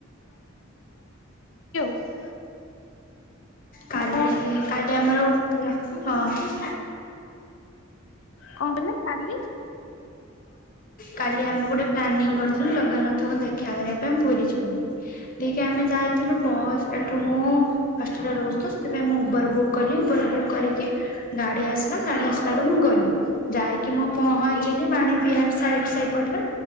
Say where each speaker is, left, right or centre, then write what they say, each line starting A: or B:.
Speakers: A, on the left (about 65°); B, on the left (about 40°).
A: <unintelligible>
B: କାଲି
A: ଆଉ
B: କାଲି ଆମର ଉପମା ହଁ।
A: କଣ କହିଲେ କାଲି
B: କାଲି ଆମେ ଗୋଟେ ପ୍ଲାନିଂ କରିଥିଲୁ ଜଗାନାଥଙ୍କୁ ଦେଖ୍ କ୍ଷା କରିବା ପାଇଁ ପୁରୀ ଯିବୁ ବୋଲି ତିଇକି ଆମେ ଯାଇଥିଲୁ ବସ୍ ଏଠୁ ମୁଁ ହଷ୍ଟେଲ୍‌ରେରଉଚି ତ ସେଥିପାଇଁ ମୁଁ ଉବର ବୁକ୍ କଲି ଉବର ବୁକ୍ କରିକି ଗାଡି ଆସିଲା ଗାଡି ଆସିଲାରୁ ମୁଁ ଗଲି ଯାଇକି ମୁଁ ପହ କି ମାଣ ବିହାର ସାଇଟ୍ ସେଇପଟରେ